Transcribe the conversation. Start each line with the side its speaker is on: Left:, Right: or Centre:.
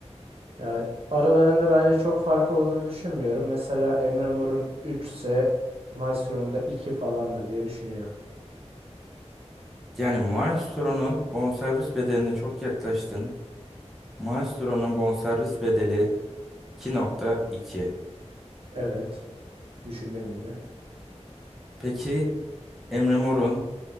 Right: Yani aralarında bence çok fark olduğunu düşünmüyorum. Mesela Emre Mor'un 3 ise Maestro'nun da 2 falandır diye düşünüyorum.
Centre: Yani Maestro'nun bonservis bedeline çok yaklaştın. Maestro'nun bonservis bedeli 2.2.
Right: Evet. Düşündüğüm gibi.
Centre: Peki Emre Mor'un